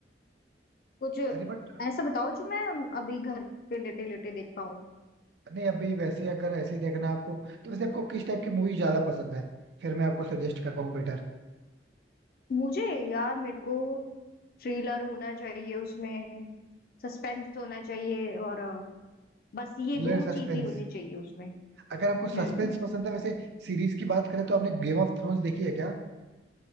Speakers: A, on the left (about 55°); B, on the right (about 70°).
A: कुछ ऐसा
B: अरे बट
A: बताओ जो मैं अभी घर पे लेटे लेटे देख पाऊँ
B: नहीं अभी वैसे अगर ऐसे ही देखना है आपको तो वैसे आपको किस टाइप की मूवी ज्यादा पसंद है फिर मैं आपको सजेस्ट कर पाऊँ बेटर
A: मुझे यार मेरे को थ्रिलर होना चाहिए उसमें सस्पेंस होना चाहिए और बस ये
B: Thriller
A: दो
B: suspense
A: चीज ही होनी चाहिए उसमें
B: अगर आपको सस्पेंस
A: हम्म
B: पसंद है वैसे सीरीज की बात करें तो आपने गेम ऑफ थ्रोन्स देखी है क्या